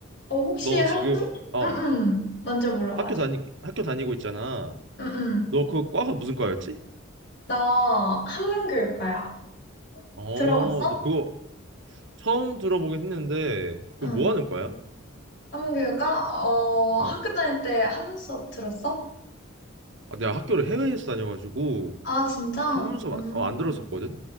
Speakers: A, on the left (about 55°); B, on the right (about 60°).
A: 어, 혹시
B: 너
A: 어,
B: 지금
A: 학교,
B: 어
A: 응응, 먼저 물어봐줘.
B: 학교 다니 학교 다니고 있잖아.
A: 응응.
B: 너 그 과가 무슨 과였지?
A: 나 한문교육과야.
B: 어,
A: 들어봤어?
B: 너 그거 처음 들어보긴 했는데 그거
A: 응.
B: 뭐 하는 과야?
A: 한문교육과? 어,
B: 어,
A: 학교 다닐 때 한문 수업 들었어?
B: 아, 내가 학교를 해외에서 다녀가지고
A: 아, 진짜?
B: 한문서
A: 음.
B: 안, 어, 안 들었었거든.